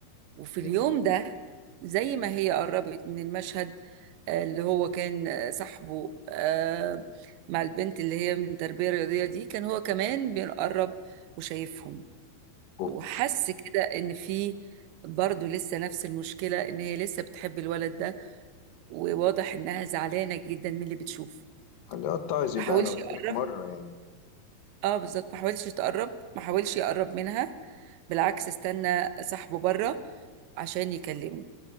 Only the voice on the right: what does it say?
وفي
اليوم ده زي ما هي قربت من المشهد آه، اللي هو كان آه، صاحبه آه، مع البنت اللي هي من تربية رياضية دي كان هو كمان بيقرب وشايفهم
وحس كده ان في برضه لسه نفس المشكلة ان هي لسه بتحب الولد ده وواضح انها زعلانة جدا من اللي بتشوفه
ما
حاولش
يقرب
اه بالظبط ما حاولش يتقرب ما حاولش يقرب منها بالعكس استنى صاحبه بره عشان يكلمه